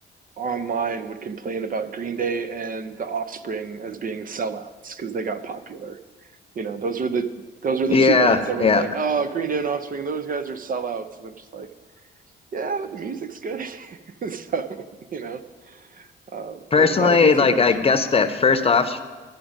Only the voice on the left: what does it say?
yeah,
yeah.
Personally,
like
I guess that first off,